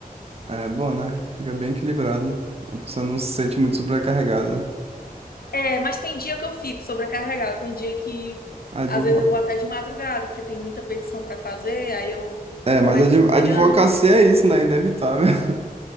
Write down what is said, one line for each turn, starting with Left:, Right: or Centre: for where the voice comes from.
Right: É bom, né? Fica bem equilibrado. A pessoa não se sente muito sobrecarregada.
Left: É, mas tem dia que eu fico sobrecarregada, tem dia que
Right: Advo...
Left: às vezes eu vou até de madrugada, porque tem muita petição para fazer, aí eu
Right: É, mas
Left: começo
Right: adv...
Left: de manhã.
Right: advocacia é isso, né? Inevitável. <laughs>